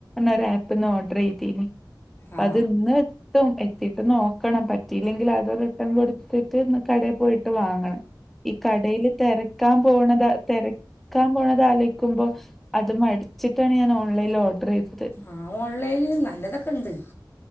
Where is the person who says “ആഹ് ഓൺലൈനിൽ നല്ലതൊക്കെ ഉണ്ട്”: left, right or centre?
Left